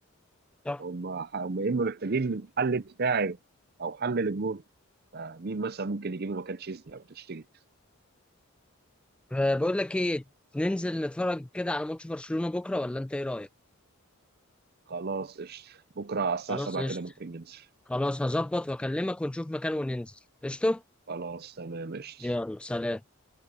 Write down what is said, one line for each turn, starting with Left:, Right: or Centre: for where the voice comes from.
Centre: صح
Right: هم هم يا اما محتاجين من حل دفاعي او حل للجون فمين مثلا ممكن يجيبه مكان تشيزني او تشتري
Centre: بقول لك ايه ننزل نتفرج كده على ماتش برشلونة بكرة ولا انت ايه رأيك
Right: خلاص قشطة بكرة على الساعة
Centre: خلاص
Right: 7
Centre: قشطة
Right: كده ممكن ننزل
Centre: خلاص هظبط واكلمك ونشوف مكان وننزل قشطة
Right: خلاص تمام قشطة
Centre: يلا سلام